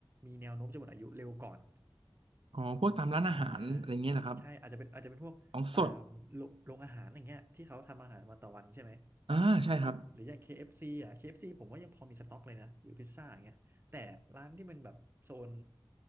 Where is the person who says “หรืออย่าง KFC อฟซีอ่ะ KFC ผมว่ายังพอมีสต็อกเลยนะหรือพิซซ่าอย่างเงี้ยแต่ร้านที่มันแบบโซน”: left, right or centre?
Right